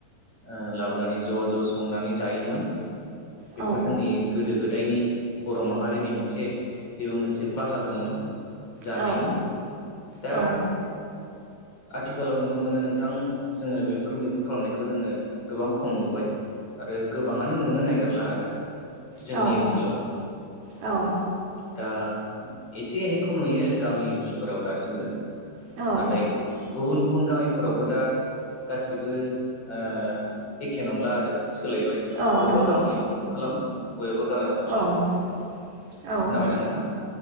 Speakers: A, on the left; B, on the right.
A: ओ लाबोनानै ज' ज' संनानै जायोमोन।
B: औ
A: बेफोर जोंनि गोदो गोदायनि बर' माहारिनि मोनसे बेबो मोनसे बाहागोमोन। जानायनि
B: औ
A: दा
B: औ
A: आथिखालाव नुनो मोनो नोंथां जोङो बेफोर मैहुर खालामनायखौ जोङो गोबां खम नुबाय। आरो गोबाङानो नुनो नागिर ला आरो। जोंनि
B: औ
A: ओनसोलाव।
B: औ
A: दा एसे एनैखौ नुयो गामि ओनसोलफोराव दासिमबो।
B: औ
A: नाथाय गुबुन गुबुन गामिफोरावबो दा गासिबो। ओ एखे नंला आरो। सोलायबाय
B: औ
A: बबावबा
B: नंगौ
A: गामियाव मैहुर खालामो बयबो <unintelligible>
B: औ औ
A: खोनाबाय ना नोंथां ओ